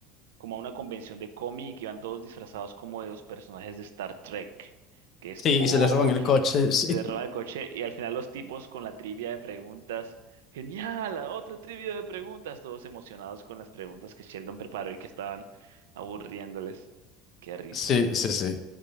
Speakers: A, on the right; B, on the left.
A: como a una convención de cómic y van todos disfrazados como de los personajes de Star Trek, que es
B: Sí,
A: Spocky.
B: y se les roban el coche, <laughs> sí.
A: Se le roban el coche y al final los tipos con la trivia de preguntas. ¡Genial! ¡La Otra trivia de preguntas. Todos emocionados con las preguntas que Sheldon preparó y que estaban aburriéndoles. Qué risa,
B: Sí,
A: eh.
B: sí, sí.